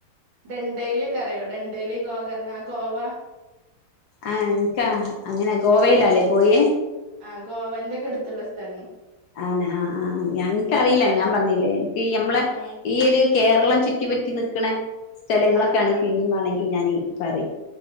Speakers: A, on the right; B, on the left.
A: ഡണ്ടേലി ഒക്കെ അറിയോ ഡണ്ടേലി ഗോകർണ ഗോവ
B: ആ എനിക്കാ അങ്ങനെ ഗോവയിലാല്ലേ. പോയേ.
A: ആ ഗോവന്റെക്കെ അടുത്തുള്ള സ്ഥല
B: ആനെ ആ ആ ഞക്കറിയില്ല
A: ഫുള്ള്
B: ഞാൻ പറഞ്ഞല്ലേ ഇപ്പയിമ്മളെ
A: ആ ആ
B: ഈയൊരി കേരളൻ ചുറ്റി പറ്റി നിക്കണേ സ്ഥലങ്ങളൊക്കെ
A: ആ ആ
B: ആണെങ്കിൽ പിന്നെ മാണെങ്കിൽ ഞാനെ കറി